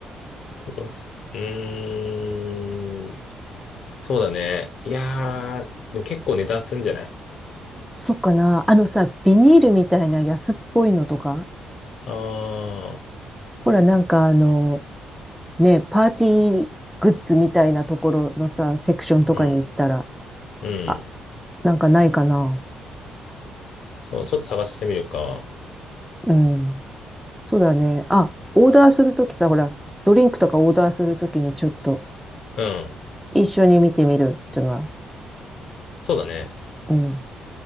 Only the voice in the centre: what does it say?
そっかな。あのさ、ビニールみたいな安っぽいのとか
ほら、なんかあの、ね、パーティーグッズみたいなところのさ、セクションとかに行ったら、
あ、なんかないかな。
うん。そうだね。あ、オーダーするときさ、ほら、ドリンクとかオーダーするときにちょっと
一緒に見てみるっていうのは。
うん。